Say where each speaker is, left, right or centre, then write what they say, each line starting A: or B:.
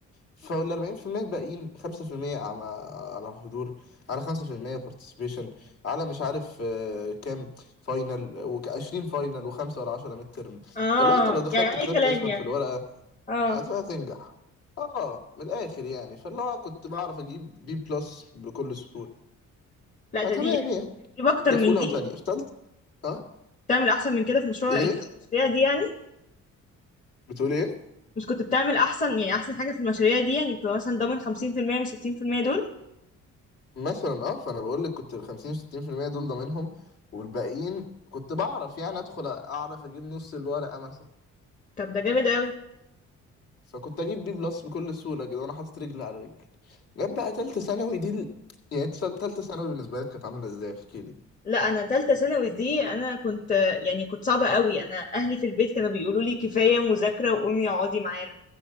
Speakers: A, on the left; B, on the left.
A: فال 40% الباقيين 5% على على حضور على 5% بارتيسيبيشن على مش عارف آه، كام فاينل و20 فاينل و5 ولا 10 ميد ترم
B: اه
A: فلو انت لو دخلت
B: يعني اي
A: كتبت
B: كلام
A: اسمك
B: يعني
A: في الورقة
B: اه
A: هتبقى تنجح اه من الاخر يعني فاللي هو كنت بعرف اجيب بي بلس بكل سهولة
B: لا
A: فتمام
B: ده دي يعني
A: يعني
B: تجيب اكتر
A: ده
B: من
A: في اولى
B: دي
A: وتانية
B: مش
A: في تالتة اه
B: بتعمل احسن من كده في مشروع
A: ايه
B: إيه؟ في المشاريع دي يعني
A: بتقول ايه
B: مش كنت بتعمل احسن يعني احسن حاجه في المشاريع دي يعني بتبقى مثلا ضامن 50% من 60% دول
A: مثلا اه فانا بقول لك كنت ال 50 و60% دول ضامنهم والباقيين كنت بعرف يعني ادخل اعرف اجيب نص الورقة مثلا
B: طب ده جامد قوي
A: فكنت اجيب بي بلس بكل سهوله كده وانا حاطط رجل على رجل جت بقى تالته ثانوي دي ال... يعني إنت تال- تالته ثانوي بالنسبه لك كانت عامله ازاي احكي لي
B: لا انا تالتة ثانوي دي انا كنت يعني كنت صعبة قوي انا اهلي في البيت كانوا بيقولوا لي كفاية مذاكرة وقومي اقعدي معانا